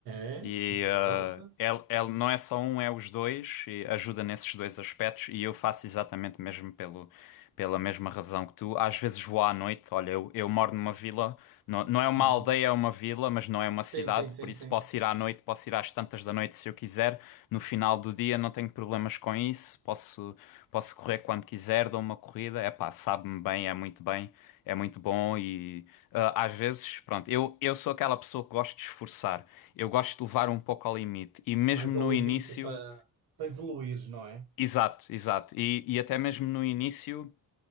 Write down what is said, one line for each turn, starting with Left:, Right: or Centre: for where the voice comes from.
Right: É,
Left: E
Right: e
Left: eh,
Right: é verdade.
Left: ele, ele não é só um, é os dois, e ajuda nesses dois aspectos. E eu faço exatamente mesmo pelo, pela mesma razão que tu. Às vezes vou à noite, olha, eu, eu moro numa vila, não, não é uma
Right: Hum.
Left: aldeia, é uma vila, mas não é uma
Right: Sim,
Left: cidade,
Right: sim, sim,
Left: por isso
Right: sim.
Left: posso ir à noite, posso ir às tantas da noite se eu quiser. No final do dia não tenho problemas com isso, posso, posso correr quando quiser, dou uma corrida. É pá, sabe-me bem, é muito bem, é muito bom e. Ah, às vezes, pronto, eu, eu sou aquela pessoa que gosto de esforçar, eu gosto de levar um pouco ao limite, e mesmo
Right: Mais
Left: no
Right: ao
Left: início,
Right: limite para para evoluir, não é?
Left: exato, exato, e, e até mesmo no início.